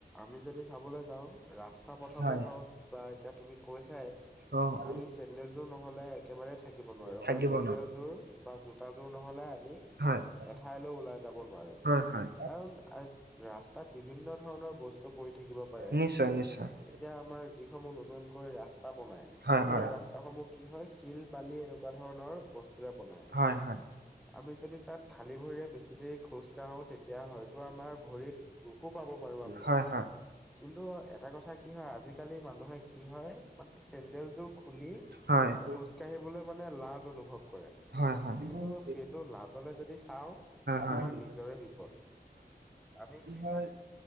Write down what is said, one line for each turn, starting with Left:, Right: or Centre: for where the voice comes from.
Centre: আমি যদি চাবলৈ যাও ৰাস্তা পথতে
Right: হয়
Centre: হওক বা এতিয়া তুমি কৈছাই।
Right: অ', <inaudible>
Centre: আমি চেন্দেলযোৰ নহলে একেবাৰে থাকিব নোৱাৰো
Right: থাকিব
Centre: বা চেন্দেলযোৰ
Right: <unintelligible>
Centre: বা জোতাযোৰ নহলে আমি
Right: হয়, <inaudible>
Centre: এঠাইলৈ ওলাই যাব নোৱাৰো
Right: হয়, হয়।
Centre: কাৰণ <unintelligible> ৰাস্তাত বিভিন্ন ধৰণৰ বস্তু পৰি থাকিব পাৰে।
Right: নিশ্চয় নিশ্চয়।
Centre: এতিয়া আমাৰ যিসমূহ নতুনকৈ ৰাস তা বনায়,
Right: হয় হয়।
Centre: সেই ৰাস্তাসমূহ কি হয় শিল বালি এনেকুৱা ধৰণৰ বস্তুৰে বনায়।
Right: হয় হয়।
Centre: আমি যদি তাত খালী ভৰিৰে বেছি দেৰি খোজকাঢ়ো তেত তিয়া হয়তো আমাৰ ভৰিত দুখো পাব পাৰোঁ আমি।
Right: হয়
Centre: কিন্তু এটা কথা কি হয়, আজিকালিৰ মানুহে কি হয় মানে চেন্দেলযোৰ খুলি,
Right: হয়
Centre: খোজ কাঢ়িবলৈ মানে লাজ অনুভৱ কৰে।
Right: হয়, হয় <unintelligible>
Centre: কিন্তু
Right: হয়,
Centre: সেইটো লাজলে যদি চাওঁ
Right: হয়
Centre: আমাৰ
Right: <unintelligible>
Centre: নিজৰে বিপদ আমি কি
Right: হয়। <inaudible>